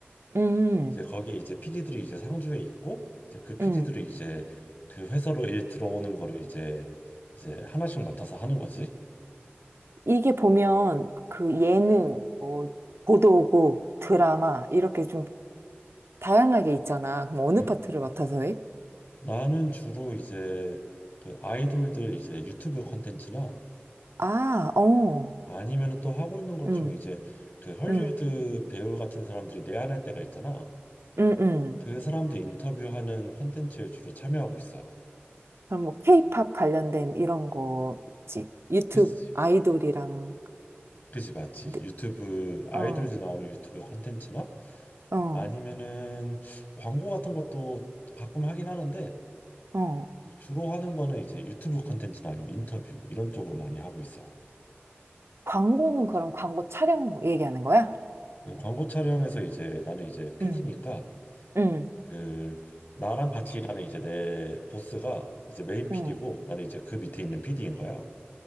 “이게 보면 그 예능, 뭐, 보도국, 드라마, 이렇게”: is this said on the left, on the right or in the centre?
Right